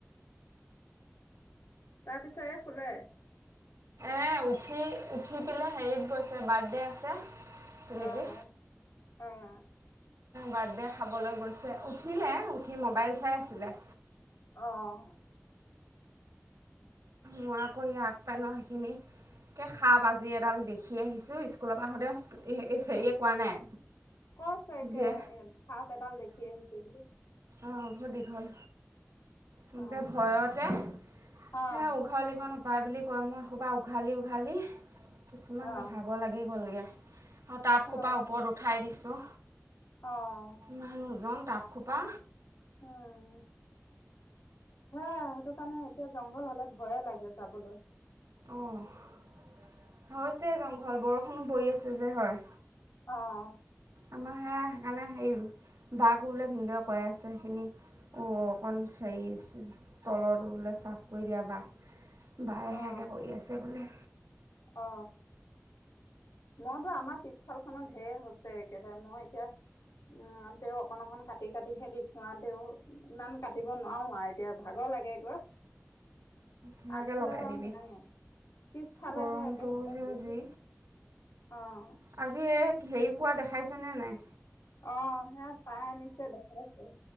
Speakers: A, on the left (about 85°); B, on the right (about 85°).
A: তাৰ পিছে শুলে।
B: এ উঠি‌ উঠি পিলে হেৰিত গৈছে, বাৰ্থডে আছে। তিলিকি
A: অহ, অহ।
B: বাৰ্থডে খাবলৈ গৈছে। উঠিলে, উঠি মোবাইল চাই আছিলে।
A: অহ।
B: মই আকৌ আগ পেন সিখিনি একে সাপ আজি এডাল দেখি আহিছো স্কুলৰ পৰা আহোঁতে, হেৰিয়ে কোৱা নাই।
A: কৈছে, এতিয়া
B: যে
A: সাপ এডাল দেখি আহিছো বুলি।
B: অ, বহুত দীঘল। এনেকে
A: অ',
B: ভয়তে
A: অ',
B: হে উঘালিবনপ পায় বুলি কয়। মই সোবা উঘালি উঘালি কিছুমান
A: অ',
B: যে ভাগৰ লাগি গ'লগে। টাপ
A: অ',
B: সোপা ওপৰত উঠাই দিছোঁ।
A: অ',
B: মানুহজন টাপ সোপা
A: উম। সেয়া সেইটো কাৰণে এতিয়া জংঘল হলে ভয়ে লাগে যাবলৈ।
B: অ' হৈছে জংঘল বৰষুণো পৰি আছে। যে হয়।
A: অ'
B: আমাৰ সেয়া সেইকাৰণে হেৰী দাগ বোলে ভিনদেউ কৈ আছে সেইখিনি অকণ হে তলৰটো বোলে চাফ কৰি দিয়া বা। বায়ে
A: অ',
B: সেয়াকৈ কৰি আছে বোলে।
A: অ। মইতো আমাৰ পিছফাল খত ঢেৰ হৈছে একেবাৰে মইতো আমাৰ পিছফালখনত ঢেৰ হৈছে একেবাৰে মই এতিয়া উম তে অকন অকন কাটি কাটিহে দিছো আৰু তেও ইমান কাটিব নোৱাৰো আৰু এতিয়া ভাগৰ লাগে গৈ।
B: সেয়াকে
A: আগফালে
B: লগাই
A: বাৰু
B: দিবি
A: নাই, পিছফালেহে
B: গৰমটো
A: একে
B: যে
A: বহুত।
B: যি
A: অ'
B: আজি হেৰি পোৱা দেখাইছে নে নাই?
A: অ' হেয়া পাই আনিছে দেখাইছে।